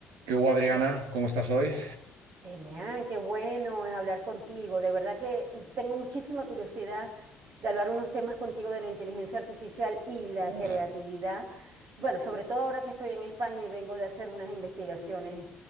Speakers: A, on the right; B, on the right.
A: ¿Qué hubo, Adriana?
B: Te-
A: ¿Cómo estás hoy?
B: Demián, qué bueno es hablar contigo. De verdad que tengo muchísima curiosidad de hablar unos temas contigo de la inteligencia artificial y la
A: Ah.
B: creatividad. Bueno, sobre todo ahora que estoy en España y vengo de hacer unas investigaciones